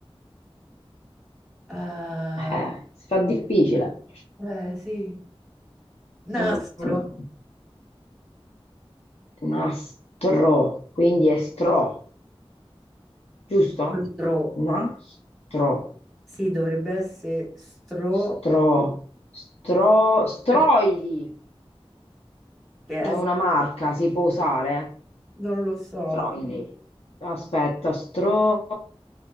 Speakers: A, in the centre; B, on the left (about 85°).
A: Ah,
B: Eh, si fa difficile.
A: Eh, sì. nastro.
B: Mm, mm. Nastro, quindi è stro, giusto?
A: Stro.
B: Nastro,
A: Sì, dovrebbe essere stro.
B: stro, stro, stroili.
A: <laughs> Che è?
B: Ma È una marca, si può usare?
A: Non lo so.
B: Troili. Aspetta, stro...